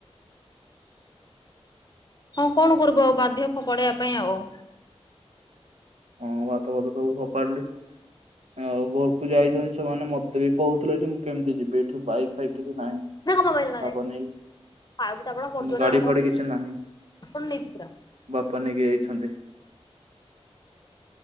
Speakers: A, on the left (about 40°); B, on the right (about 85°).
A: ହଁ କଣ କରିବୁ ଆଉ ବାଧ୍ୟ ପଡେଇବା ପାଇଁ ଆଉ।
B: ହଁ ଭାତ ଫାତ ସବୁ ଭପାଡିଲ ଆଉ ଘ କୁ ଯାଇଛନ୍ତି ସେମାନେ ମତେ ବି କହୁଥିଲେ ଯେ ମୁଁ କେମିତି ଯିବି ଏଠି ବାଇକ ଫାଇକ କିଛି ନାହିଁ।
A: ଦେ ମୋ ମୋବାଇଲ ନରେ
B: ବାପା ନେଇକି
A: ଆପଣି
B: ଗାଡି ଫାଡି କିଛି ନାହିଁ
A: ନେଇଛି ପୁରା <inaudible>
B: ବାପା ନେଇକି ଯାଇଛନ୍ତି।